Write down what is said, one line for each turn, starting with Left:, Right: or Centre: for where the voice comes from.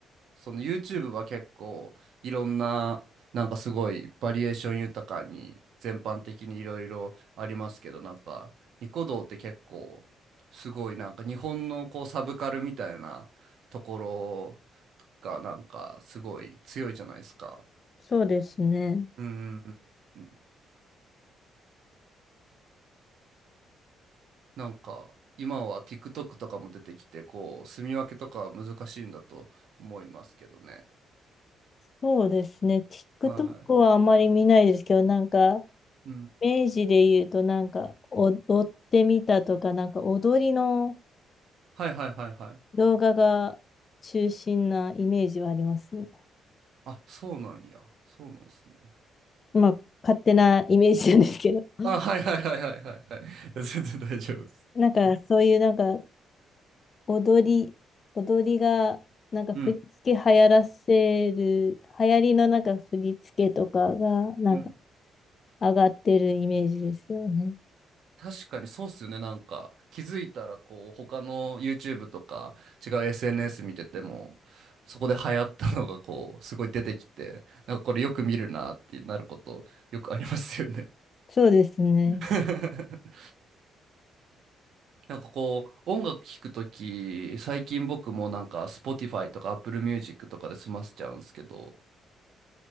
Right: その YouTube は結構いろんななんかすごいバリエーション豊かに全般的にいろいろありますけどなんかニコ動って結構すごいなんか日本のこうサブカルみたいなところがなんかすごい強いじゃないですか。
Left: そうですね。
Right: うんうんうんなんか今は TikTok とかも出てきてこう住み分けとかは難しいんだと思いますけどね。
Left: そうですね。TikTok
Right: は
Left: はあまり見ないですけど、なんか、
Right: い。うん。
Left: 明治で言うと、なんか、踊ってみたとか、なんか、踊りの
Right: はいはいはいはい。
Left: 動画が中心なイメージはありますね。
Right: あ、そうなんや。そうなんですね。
Left: まあ、勝手なイメージなんですけど。<laughs>
Right: あ、はいはいはいはいはいはい。いや全然大丈夫です。
Left: なんか、そういう、なんか、踊り、踊りが、なんか、振り付け流行らせる、
Right: <laughs> うん。
Left: 流行りのなんか、振り付けとかが、なんか、
Right: うん。
Left: 上がってるイメージですよね。
Right: 確かにそうっすよね。なんか、気づいたら、こう、他の YouTube とか、違う SNS 見てても、そこで流行ったのが、こう、すごい出てきて、なんかこれよく見るなってなること、よくありますよね。
Left: そうですね。
Right: <laughs> なんかこう、音楽聴くとき、最近僕もなんか、Spotify とか Apple Music とかで済ませちゃうんですけど、